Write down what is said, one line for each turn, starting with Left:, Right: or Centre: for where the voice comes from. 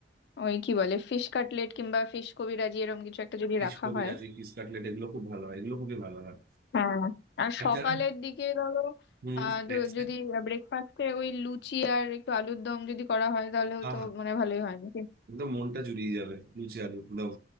Left: ওই কি বলে ফিশ কাটলেট কিংবা ফিশ কবিরাজি এরকম কিছু একটা যদি
Right: এই
Left: রাখা
Right: কবিরাজি
Left: হয়
Right: স্কটল্যান্ড এগুলো খুব ভালো হয় এগুলো খুবই ভালো হয়
Left: হ্যাঁ আর
Right: আর
Left: সকালের
Right: যারা
Left: দিকে ধরো
Right: হম
Left: আহ ধ-
Right: দেখছেন
Left: যদি ব্রেকফাস্টে ওই লুচি আর একটু আলুর দম যদি করা হয় তাহলেও
Right: আহা
Left: তো মানে ভালোই হয় নাকি
Right: একদম মনটা জুড়িয়ে যাবে লুচি আলু দম